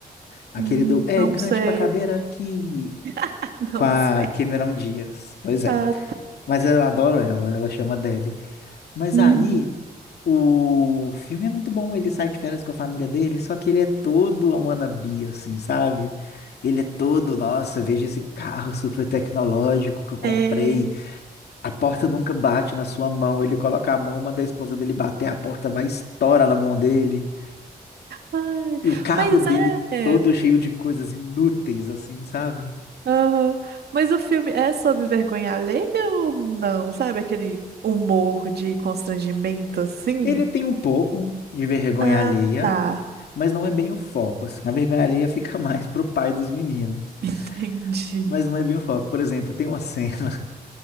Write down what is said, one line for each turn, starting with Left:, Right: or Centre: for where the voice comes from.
Left: Aquele
Right: Hum,
Left: do É
Right: não
Left: Grande
Right: sei.
Left: Pra Caber Aqui.
Right: <laughs> Não
Left: Com a
Right: sei.
Left: Cameron Diaz. Pois é.
Right: ah
Left: Mas eu adoro ela, ela chama Debbie. Mas
Right: Uhum.
Left: aí. O filme é muito bom, ele sai de férias com a família dele, só que ele é todo a wannabe, assim, sabe? Ele é todo, nossa, veja esse carro super tecnológico que eu comprei.
Right: É.
Left: A porta nunca bate na sua mão. Ele coloca a mão, manda a esposa dele bater, a porta vai e estoura na mão dele.
Right: Ai,
Left: E o carro
Right: mas
Left: dele
Right: é. é,
Left: todo cheio de coisas inúteis, assim, sabe?
Right: aham. Mas o filme é sobre vergonha alheia ou não? Sabe aquele humor de constrangimento assim?
Left: Ele tem um pouco de vergonha
Right: Ah,
Left: alheia,
Right: tá.
Left: mas não é bem o foco, assim. A vergonha alheia <laughs> fica mais pro pai dos meninos.
Right: <laughs> Entendi.
Left: Mas não é bem o foco. Por exemplo, tem uma cena.